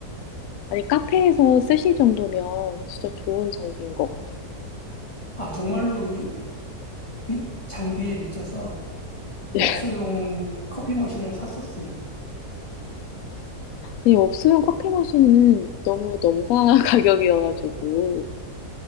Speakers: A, on the left (about 70°); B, on the left (about 20°).
A: 아니, 카페에서 쓰실 정도면 진짜 좋은 장비인 것 같아.
B: 아, 정말로 미- 장비에 미쳐서
A: <laughs>
B: 업소용
A: 요
B: 커피 머신을 샀었습니다.
A: 아니, 없으면 커피 머신은 너무 넘사 <laughs> 가격이어가지고